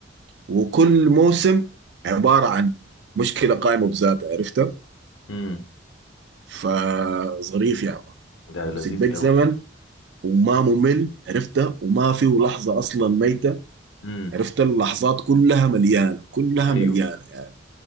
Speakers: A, on the right; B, on the left.
A: وكل موسم عبارة عن مشكلة قائمة بذاتها عرفتها
B: امم
A: فظريف يا مان
B: ده
A: حيمسك
B: لذيذ
A: بك
B: قوي
A: زمن وما ممل عرفتها وما فيه لحظة أصلا ميتة
B: امم
A: عرفت اللحظات كلها مليانة كلها
B: ايوه
A: مليانة يعني